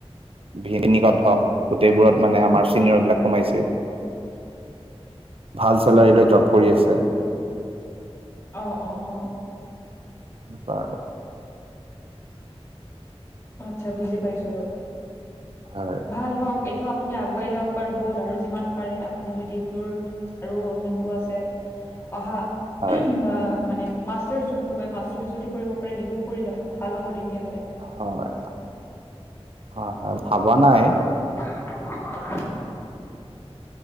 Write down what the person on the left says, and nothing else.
<unintelligible>
হয়
হয়
হয়
বুজি
পাইছো
অ অ অ
আচ্ছা বুজি পাইছো
ভাল হওঁক এইটো আপুনি আগুৱাই যাওক বাৰু বহুত আৰু যিমান পাৰে আপুনি যদি এইটোৰ আৰু যোনটো আছে অহা
উম
মানে মাষ্টাৰ যোনটো কয় মাৰ যদি কৰিব পাৰে সেইটোও কৰি ল'ব ভাল হ'ব তেতিয়াহ'লে
<unintelligible>